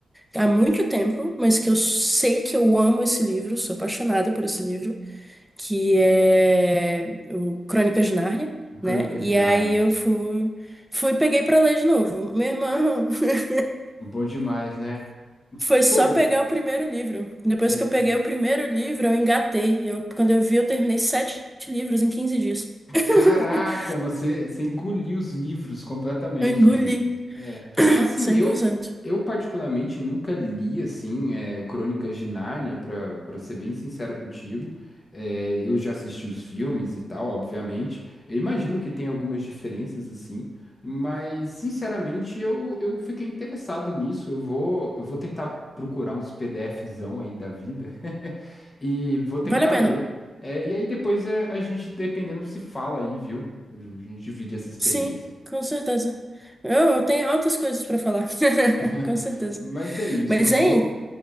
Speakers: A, in the centre; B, on the left (about 35°).
A: há muito tempo, mas que eu sei que eu amo esse livro, sou apaixonada por esse livro, que é o Crônicas de Nárnia,
B: Crônicas
A: né? E
B: de Nárnia.
A: aí eu fui, fui peguei pra ler de novo. Meu irmão, <laughs>
B: Bom demais, né?
A: Foi só
B: Pô,
A: pegar o primeiro livro. Depois
B: é.
A: que eu peguei o primeiro livro, eu engatei. Eu, quando eu vi, eu terminei sete livros em quinze dias.
B: Caraca,
A: <laughs>
B: você, você engoliu os livros completamente,
A: Eu engoli
B: bicho. É. Assim,
A: cem
B: eu
A: por cento.
B: eu particularmente nunca li assim é, Crônicas de Nárnia, para para ser bem sincero contigo. É, eu já assisti os filmes e tal, obviamente. Eu imagino que tem algumas diferenças assim, mas sinceramente eu, eu fiquei interessado nisso. Eu vou eu vou tentar procurar uns PDFzão aí da vida <laughs> e vou tentar
A: Vale a pena?
B: ler. É, e aí depois é, a gente, dependendo, se fala aí, viu? A gente divide essa experiência.
A: Sim, com certeza. Eu, eu tenho altas coisas pra falar. <laughs>
B: <laughs>
A: Com certeza.
B: Mas é isso,
A: Mas,
B: eu vou,
A: hein?